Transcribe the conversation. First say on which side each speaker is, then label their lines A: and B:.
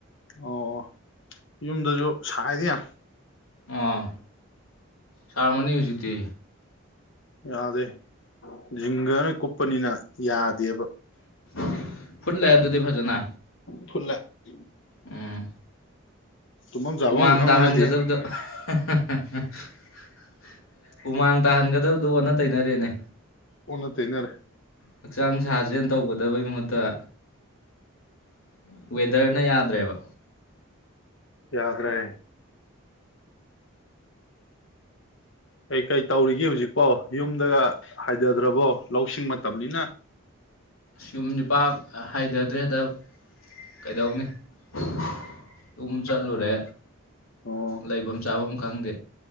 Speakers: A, on the left; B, on the left.
A: ꯑꯣ ꯌꯨꯝꯗꯁꯨ ꯁꯥꯏꯗ ꯌꯥꯝ꯫
B: ꯑꯣ ꯁꯥꯔꯃꯅꯤ ꯍꯧꯖꯤꯛꯇꯤ꯫
A: ꯌꯥꯗꯦ ꯖꯤꯡꯒꯅ ꯀꯨꯞꯄꯅꯤꯅ ꯌꯥꯗꯦ꯫
B: <unintelligible> ꯐꯨꯠꯂꯦ ꯑꯗꯨꯗꯤ ꯐꯖꯅ꯫
A: ꯐꯨꯠꯂꯦ꯫ <inaudible>
B: ꯎꯝ
A: ꯇꯨꯝꯐꯝ ꯆꯥꯐꯝ
B: ꯍꯨꯃꯥꯡ
A: ꯈꯪꯕ
B: ꯇꯥꯍꯟꯒꯗꯕꯗꯣ
A: ꯅꯠꯇꯦ
B: <unintelligible> ꯍꯨꯃꯥꯡ ꯇꯥꯍꯟꯒꯗꯕꯗꯨꯣ ꯑꯣꯟꯅ ꯇꯩꯅꯔꯦꯅꯦ꯫
A: ꯑꯣꯟꯅ ꯇꯩꯅꯔꯦ꯫
B: ꯍꯛꯆꯥꯡ ꯁꯥꯖꯦꯟ ꯇꯧꯒꯗꯕꯩ ꯃꯍꯨꯠ ꯨ <unintelligible> ꯋꯦꯗꯔꯅ ꯌꯥꯗ꯭ꯔꯦꯕ꯫
A: ꯌꯥꯗꯔꯦ꯫ ꯀꯩꯀꯩ ꯇꯧꯔꯤꯒꯦ ꯍꯧꯖꯤꯛꯄꯣ ꯌꯨꯝꯗꯒ ꯍꯥꯏꯗꯗ꯭ꯔꯕꯣ ꯂꯧꯁꯤꯡ ꯃꯇꯝꯅꯤꯅ꯫
B: ꯌꯨꯝꯖꯤ ꯄꯥꯛ ꯍꯥꯏꯗꯗ꯭ꯔꯦꯗ ꯀꯩꯗꯧꯅꯤ꯫ <inaudible> ꯌꯝ ꯆꯠꯂꯨꯔꯦ
A: ꯑꯣ ꯑꯣ
B: ꯂꯩꯕꯝ ꯆꯥꯕꯝ ꯈꯪꯗꯦ꯫